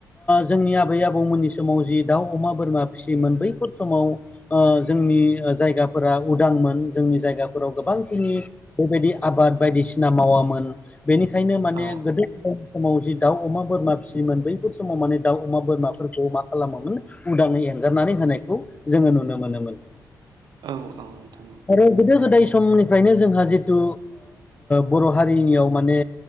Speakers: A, on the left; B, on the right.
A: जोंनि आबै आबौमोननि समाव जि दाउ अमा बोरमा फिसियोमोन बैफोर समाव जोंनि जायगाफोरा उदांमोन जोंनि जायगा फोराव गोबां खिनि बेबायदि आबाद बायदिसिना मावामोन बेनिखायनो माने
B: औ
A: गोदो-गोदायनि समाव जि दाउ अमा बोरमा फिसियोमोन बैफोर समाव माने दाउ अमा बोरमाफोरखौ मा खालामोमोन उदांङै एंगारनानै होनायखौ जोंङो नुनो मोनोमोन
B: औ औ नोंथां औ।
A: आरो गोदो गोदाय समनिफ्रायनो जोंहा जिथु बर' हारिनियाव माने।